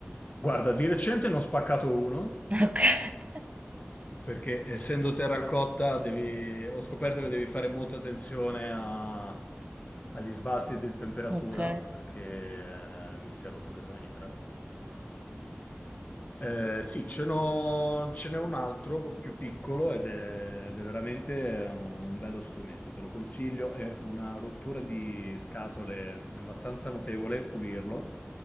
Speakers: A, on the left; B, on the right.
A: Guarda, di recente ne ho spaccato uno
B: <laughs>
A: perché essendo terracotta devi- ho scoperto che devi fare molta attenzione a- agli sbalzi di temperatura
B: Ok. Ok.
A: perché eh, mi si è rotto in questa maniera. Eh, sì, ce n'ho- ce n'è un altro più piccolo ed è, ed è veramente un bello strumento, te lo consiglio, è una rottura di scatole abbastanza notevole, pulirlo.